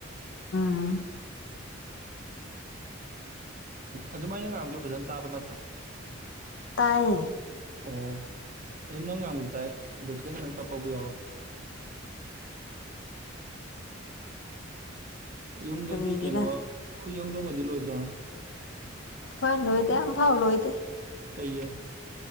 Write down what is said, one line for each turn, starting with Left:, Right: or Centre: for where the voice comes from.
Left: ꯎꯝ
Right: ꯑꯗꯨꯃꯥꯏꯅ ꯉꯥꯡꯁꯦ ꯐꯖꯅ ꯇꯥꯕ ꯅꯠꯇ꯭ꯔꯣ
Left: ꯇꯥꯏꯌꯦ
Right: ꯑꯣ ꯑꯗꯨꯝ ꯅꯪ ꯉꯥꯡꯕꯁꯨ ꯇꯥꯏ ꯑꯗꯨ ꯈꯤꯇꯪ ꯈꯤꯇꯪ ꯇꯞꯄꯕꯨ ꯌꯥꯎꯋꯦ ꯌꯨꯝꯗꯗꯤ
Left: ꯀꯔꯤꯒꯤꯔꯥ
Right: ꯀꯩꯅꯣ ꯍꯨꯏ ꯍꯧꯗꯣꯡꯒꯗꯤ ꯂꯣꯏꯗ꯭ꯔꯣ
Left: ꯍꯣꯏ ꯂꯣꯏꯗꯦ ꯑꯃꯐꯥꯎ ꯂꯣꯏꯗꯦ
Right: ꯀꯩꯌꯦ